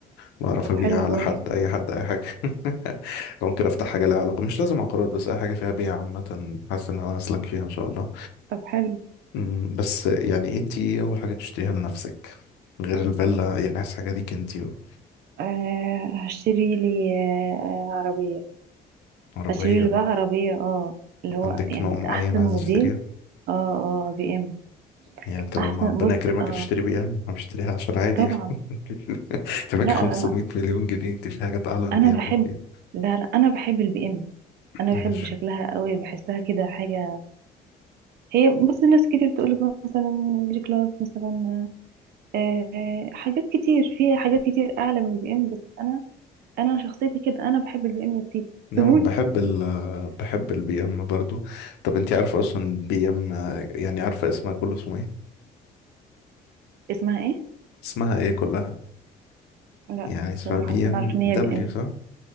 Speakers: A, on the left (about 85°); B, on the right (about 70°).
A: بعرف
B: طب
A: ابيع
B: حلو
A: على
B: قوي
A: حد اي حد اي حاجة <laughs> ممكن افتح حاجة لها علاقة مش لازم عقارات بس اي حاجة فيها بيع عامة حاسس ان انا اسلك فيها ان شاء الله
B: طب حلو
A: مم، بس يعني انت ايه اول حاجة تشتريها لنفسك غير الفيلا يعني عايز حاجة ليك انت بقى.
B: آه هشتري لي آه آه، عربية
A: عربية
B: هشتري لي بقى عربية اه اللي هو
A: عندك
B: يعني
A: نوع معين
B: أحسن
A: عايز
B: موديل
A: تشتريها
B: اه اه بي ام
A: يعني انت لما
B: أحسن
A: ربنا
B: بص
A: يكرمك
B: اه
A: تشتري بي ام انا بشتريها عشان عادي
B: طبعا
A: يعني <laughs> انت معاك
B: لا
A: 500
B: لا أنا
A: مليون جنيه انت في حاجات اعلى من
B: أنا
A: البي ام
B: بحب
A: بكتير
B: لا لا أنا بحب البي ام أنا
A: ماشي
B: بحب شكلها قوي بحسها كده حاجة هي بص ناس كتير تقولك مثلا جي كلاس مثلا آه آه، حاجات كتير في حاجات كتير أعلى من البي ام بس أنا أنا شخصيتي كده أنا بحب البي ام يا سيدي
A: نعم
B: سيبوني
A: بحب ال بحب البي ام برضو طب انت عارفة اصلا بي ام يعني عارفة اسمها كله اسمه ايه
B: اسمها ايه؟
A: اسمها ايه كلها
B: لا
A: يعني اسمها
B: بصراحة
A: بي
B: بس
A: ام
B: أنا عارفة إن هي
A: دبليو
B: بي ام.
A: صح